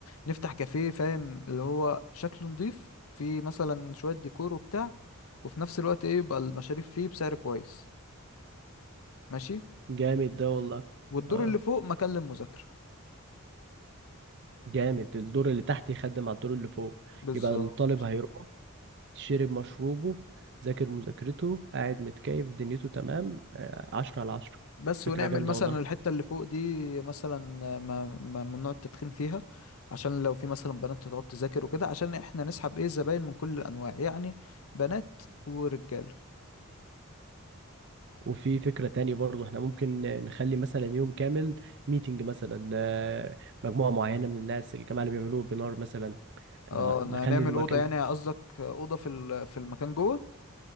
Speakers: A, on the left; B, on the right.
A: نفتح كافيه فاهم اللي هو شكله نضيف فيه مثلا شوية ديكور وبتاع وفي نفس الوقت ايه يبقى المشاريب فيه بسعر كويس ماشي
B: جامد ده والله
A: والدور
B: اه
A: اللي فوق مكان للمذاكرة
B: جامد الدور اللي تحت يخدم على الدور اللي فوق
A: بالظبط
B: يبقى الطالب هيروح شرب مشروبه ذاكر مذاكرته قاعد متكيف دنيته تمام آه، عشرة على عشرة
A: بس
B: فكرة
A: ونعمل
B: جامدة
A: مثلا
B: والله
A: الحتة اللي فوق دي مثلا ما ما- ممنوع التدخين فيها عشان لو في مثلا بنات تقعد تذاكر وكده عشان احنا نسحب ايه زباين من كل الانواع يعني بنات ورجال
B: وفي فكرة تانية برضه احنا ممكن نخلي مثلا يوم كامل ميتنج مثلا لمجموعة معينة من الناس الجماعة اللي بيعملوه بنار مثلا
A: اه
B: إنه
A: إن
B: نخلي
A: هنعمل
B: المكان
A: اوضه يعني قصدك اوضه في ال- في المكان جوه